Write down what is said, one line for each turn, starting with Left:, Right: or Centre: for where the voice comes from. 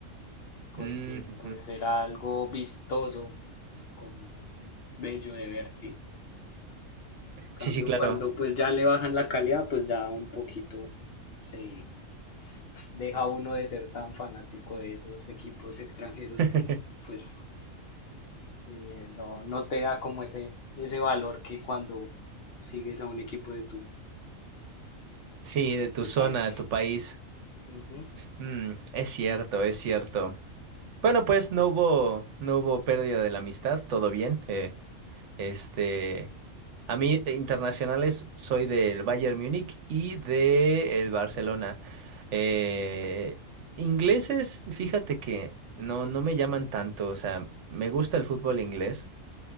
Left: porque
Right: Mm, ujú.
Left: pues era algo vistoso, como bello de ver, ¿sí? En cambio,
Right: Sí, sí, claro.
Left: cuando pues ya le bajan la calidad, pues ya un poquito se deja a uno de ser tan fanático de esos equipos extranjeros
Right: <laughs>
Left: que pues eh, no, no te da como ese, ese valor que cuando sigues a un equipo de tu,
Right: Sí, de
Left: de
Right: tu
Left: tu
Right: zona,
Left: país.
Right: tu país.
Left: Ujú.
Right: Mm, es cierto, es cierto. Bueno, pues no hubo, no hubo pérdida de la amistad, todo bien. eh, Este, a mí de internacionales soy del Bayern Múnich y del Barcelona. Eh, ingleses, fíjate que no, no me llaman tanto, o sea, me gusta el fútbol inglés,